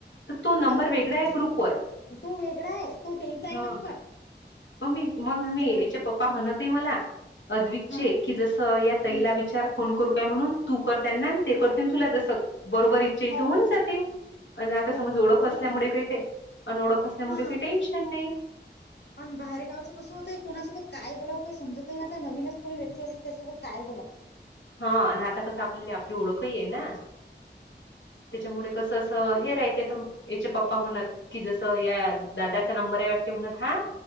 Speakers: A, on the left; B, on the left.
A: तर तो नंबर
B: हा तो-तो-तो
A: वेगळा आहे ग्रुपवर
B: वेगळा आहे तो त्यांचा आहे
A: हा
B: नंबर
A: मग मी मग
B: आमच्या
A: मी
B: घर
A: याचे पप्पा म्हणतही मला अद्विक
B: हा
A: चे की जस या ताईला
B: हम्म
A: विचार फोन करू काय म्हणून तू करताना ते करते
B: हा
A: तुला जस बरोबर इच्छा इथं
B: हो
A: होऊन
B: हो
A: जाते. आणि आता
B: हो
A: समज
B: हो
A: ओळख
B: बरोबर
A: असल्यामुळे
B: आहे
A: काही ते आणि ओळख असल्यामुळे
B: ना
A: काही
B: हा
A: टेन्शन नाही.
B: पण बाहेरगावचं कसं होतंय कुणासोबत काय बोलावं काय समजत नाही आता नवीनच कोणी व्यक्ती असला त्यासोबत काय बोलावं
A: हा आणि आता कस आपल्या आपली ओळखही आहे ना? त्याच्यामुळे कसं असं हे
B: मी
A: राहते याच्या पप्पा म्हणत की जसं या दादाचा नंबर आहे वाटत ते म्हणत ह्या